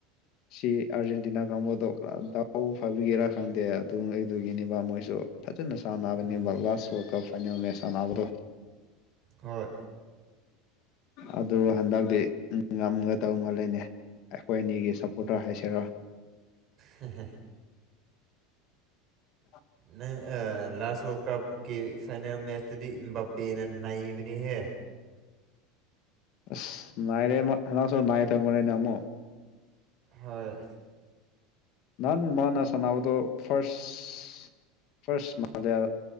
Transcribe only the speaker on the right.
ꯎꯝ
ꯍꯣꯏ
ꯍ ꯍ
ꯅꯪ ꯑ ꯂꯥꯁ ꯋꯥꯜꯀꯞ ꯀ ꯐꯅ ꯃꯦꯁꯇꯗꯤ ꯕꯞꯄꯦꯅ ꯅꯩꯏꯕꯅꯤ ꯍꯦ
ꯍꯣꯏ